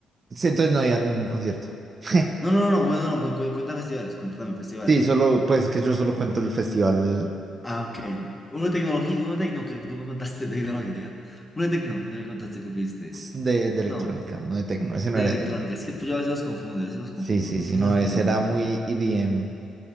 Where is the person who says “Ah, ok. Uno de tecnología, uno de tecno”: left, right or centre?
Left